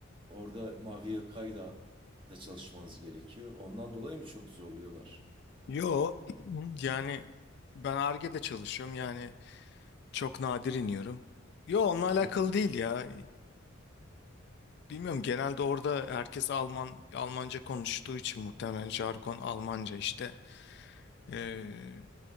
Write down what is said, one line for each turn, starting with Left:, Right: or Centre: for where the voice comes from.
Right: Orada mavi yakayla da çalışmanız gerekiyor. Ondan dolayı mı çok zorluyorlar?
Left: Yo <clears throat> yani ben Ar-Ge'de çalışıyorum yani çok nadir iniyorum. Yo onunla alakalı
Right: Hı hı,
Left: değil ya. Bilmiyorum genelde orada herkes Alman Almanca konuştuğu için muhtemelen jargon Almanca işte. Ee,